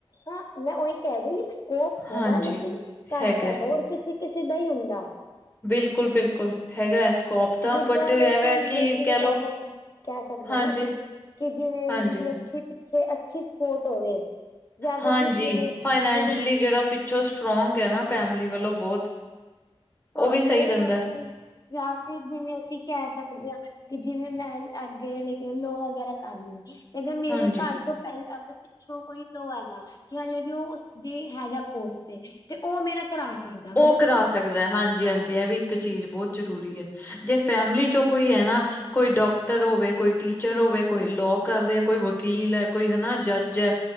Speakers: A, on the left; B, on the left.
A: ਹਾਂ ਮੈਂ ਉਹੀ ਕਹਿ ਰਹੀ ਸਕੋਪ ਹੈਗਾ
B: ਹਾਂਜੀ
A: ਲੇਕਿਨ ਘੱਟ
B: ਹੈਗਾ
A: ਹੈ ਹੋਰ ਕਿਸੇ ਕਿਸੇ ਦਾ ਹੀ ਹੁੰਦਾ
B: ਬਿਲਕੁਲ ਬਿਲਕੁਲ ਹੈਗਾ ਸਕੋਪ ਤਾਂ
A: ਜਿੱਦਾਂ
B: ਬਟ ਐਵੇਂ
A: ਲੇਕਿਨ
B: ਕਿ
A: ਜਿਵੇਂ
B: ਕਹਿ ਲੋ
A: ਸਕ ਕਹਿ ਸਕਦੇ
B: ਹਾਂਜੀ
A: ਨਾ ਅਸੀਂ ਕਿ ਜਿਵੇਂ
B: ਹਾਂਜੀ
A: ਜਦੀ
B: ਹਾਂ
A: ਅੱਛੀ ਪਿੱਛੇ ਅੱਛੀ ਸਪੋਰਟ ਹੋਵੇ ਜਾਂ ਅਗਰ
B: ਹਾਂਜੀ
A: ਜਿਸ ਜਿਵੇਂ
B: ਫਾਈਨੈਂਸ਼ਲੀ
A: ਜਿਵੇਂ
B: ਜਿਹੜਾ ਪਿੱਛੋਂ ਸਟਰੋਂਗ ਹੈ ਨਾ ਫੈਮਲੀ ਵੱਲੋਂ ਬਹੁਤ
A: ਹਾਂ
B: ਵੀ ਸਹੀ
A: ਉਹ
B: ਰਹਿੰਦਾ
A: ਹੈ ਜਾਂ ਫਿਰ ਜਿਵੇਂ ਅਸੀਂ ਕਹਿ ਸਕਦੇ ਹਾਂ ਕਿ ਜਿਵੇਂ ਮੈਂ ਅੱਗੇ ਲੈ ਕੇ ਲੋਅ ਵਗੈਰਾ ਕਰਨੀ ਤੇ ਅਗਰ ਮੇਰੇ
B: ਹਾਂਜੀ
A: ਘਰ ਤੋਂ ਪਹਿਲਾਂ ਪਿੱਛੋਂ ਕੋਈ ਲੋ ਹੈਗਾ ਕਿ ਹਾਲੇ ਵੀ ਉਹ ਉਸਦੀ ਹੈਗਾ ਪੋਸਟ ਤੇ ਉਹ ਮੇਰਾ ਕਰਾ ਸਕਦਾ
B: ਉਹ
A: ਮਤਲਬ
B: ਕਰਾ ਸਕਦਾ ਹਾਂਜੀ ਹਾਂਜੀ ਇਹ ਵੀ ਇੱਕ ਚੀਜ਼ ਬਹੁਤ ਜ਼ਰੂਰੀ ਹੈ ਜੇ ਫੈਮਲੀ ਚੋਂ ਕੋਈ ਹੈ ਨਾ ਕੋਈ ਡਾਕਟਰ ਹੋਵੇ ਕੋਈ ਟੀਚਰ ਹੋਵੇ ਕੋਈ ਲੋਅ ਕਰ ਰਿਹਾ ਕੋਈ ਵਕੀਲ ਹੈ ਕੋਈ ਹੈਨਾ ਜੱਜ ਹੈ।